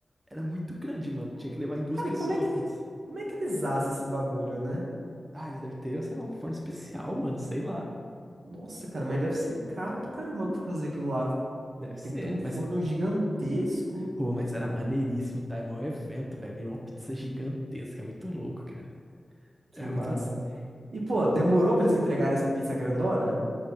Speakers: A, on the right; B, on the right.
A: Era muito grande, mano.
B: Pô,
A: Tinha que levar em duas
B: Cara,
A: pessoas
B: e como é que,
A: a pizza.
B: como é que eles assam esse bagulho, né?
A: Ah, eles devem ter, sei lá, um forno especial, mano, sei lá.
B: Nossa, cara, mas deve ser caro pra caramba pra fazer aquilo lá.
A: Deve ser.
B: Tem que ter um forno
A: Mas,
B: gigantesco.
A: pô, mas era maneiríssimo, tá? É maior evento, velho. Vem uma pizza gigantesca, é muito louco, cara.
B: Que
A: É
B: massa.
A: muito bom.
B: E, pô, demorou pra eles entregarem essa pizza grandona?